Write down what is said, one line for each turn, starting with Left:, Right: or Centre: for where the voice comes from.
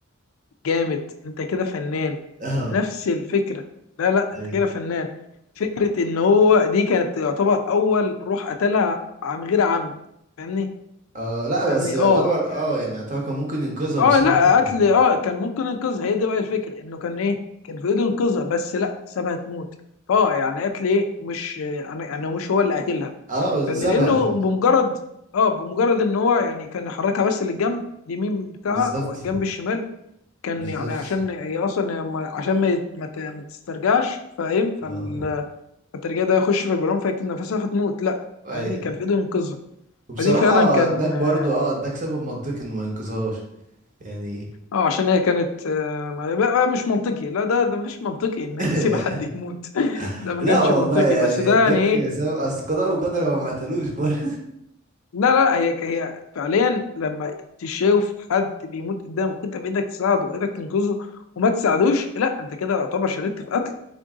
Left: جامد انت كده فنان
Right: <laughs> اه
Left: نفس الفكرة لا لا
Right: اي
Left: انت كده فنان فكرة ان هو دي كانت يعتبر اول روح قتلها عن غير عمد فاهمني
Right: اه لا
Left: فاهمني
Right: بس يعتبر
Left: اه يعني
Right: اه يعني يعتبر كان ممكن ينقذها
Left: اه
Right: بسهولة
Left: لا
Right: جدا
Left: قتل
Right: يعني
Left: اه كان ممكن ينقذها هي دي بقى الفكرة انه كان ايه كان في ايده ينقذها بس لا سابها تموت فاه يعني قتل ايه مش يعني يعني مش هو اللي قتلها
Right: اه بس
Left: فاهمني
Right: سابها
Left: لانه
Right: تموت
Left: بمجرد اه بمجرد ان هو يعني كان يحركها بس للجنب اليمين بتاعها
Right: بالظبط
Left: او الجنب الشمال كان
Right: بالظبط
Left: يعني عشان هي اصلا ما- عشان ما يت- ما ت- ما تسترجعش فاهم فال-
Right: اه
Left: فالترجيع ده يخش في البالون فيكتم نفسها فتموت لا
Right: اي
Left: يعني كان في ايده ينقذها
Right: وبصراحة
Left: فدي فعلا كان
Right: اداك برضو
Left: اه
Right: اه اداك سبب منطقي انه ما ينقذهاش يعني
Left: آه، عشان هي كانت آه ما- بقى مش منطقي لا ده ده مش منطقي انك
Right: <laughs>
Left: تسيب حد يموت <laughs> ده ما
Right: لا
Left: كانش
Right: والله
Left: منطقي
Right: يعني
Left: بس ده
Right: اداك
Left: يعني ايه
Right: سبب اصل قضاء وقدر هو ما قتلوش برضه
Left: لا لا هي هي فعليا لما تشوف حد بيموت قدامك كنت بايدك تساعده وايدك تنقذه وما تساعدوش لا انت كده يعتبر شاركت في قتل